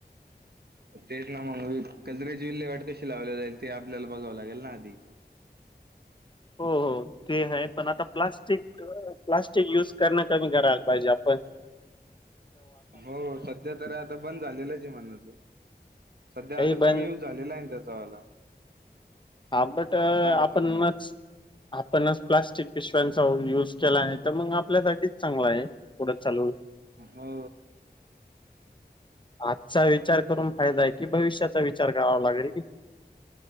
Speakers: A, on the right (about 70°); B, on the left (about 30°).
A: तेच ना मग कजराची विल्हेवाट कशी लावली जाईल ती आपल्याला बघावं लागेल ना आधी
B: ह हो हो ते आहे पण आता प्लास्टिक प्लास्टिक युज करणं कमी करायला पाहिजे प
A: हो सध्या तररी आता बंद झालेलंच आहे म्हणण ते सध्या
B: काही
A: आता
B: बंद
A: कमी यऊज झालेला आहे त्याचावाला
B: हा बट आपणच
A: काय वाटतं तुम्हाला?
B: आपणच प्लास्टिक पिशव्यांचा युज केला आहे तर मग आपल्यासाठीठीच चांगला आहे पुढं चालू
A: हो
B: आजचा विचार करून फायदा आहे कि भविष्याचा विचार करावा लागल